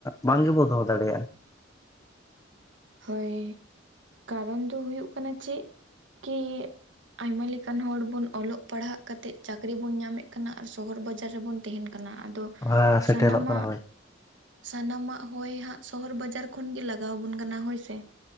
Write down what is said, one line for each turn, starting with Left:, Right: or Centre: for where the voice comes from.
Left: ᱵᱟᱝ ᱜᱮᱵᱚ ᱫᱚᱦᱚ ᱫᱟᱲᱮᱭᱟᱜ
Right: ᱦᱳᱭ ᱠᱟᱨᱚᱱ ᱫᱚ ᱦᱩᱭᱩᱜ ᱠᱟᱱᱟ ᱪᱮᱫ ᱠᱤ ᱟᱭᱢᱟ ᱞᱮᱠᱟᱱ ᱦᱚᱲ ᱵᱚᱱ ᱚᱞᱚᱜ ᱯᱟᱲᱦᱟᱜ ᱠᱟᱛᱮ ᱪᱟᱠᱨᱤ ᱵᱚᱱ ᱧᱟᱢᱮᱫ ᱠᱟᱱᱟ ᱟᱨ ᱥᱚᱦᱚᱨ ᱵᱟᱡᱟᱨ ᱨᱮᱵᱚᱱ ᱛᱟᱦᱮᱱ ᱠᱟᱱᱟ ᱟᱫᱚ
Left: ᱚᱱᱟ ᱥᱮᱴᱮᱨᱚᱜ
Right: ᱥᱟᱱᱟᱢᱟᱜ
Left: ᱠᱟᱱᱟ ᱦᱳᱭ
Right: ᱥᱟᱱᱟᱢᱟᱜ ᱦᱚᱭ ᱦᱟᱸᱜ ᱥᱚᱦᱚᱨ ᱵᱟᱡᱟᱨ ᱠᱷᱚᱱᱜᱮ ᱞᱟᱜᱟᱣ ᱟᱵᱚᱱ ᱠᱟᱱᱟ ᱦᱳᱭᱥᱮ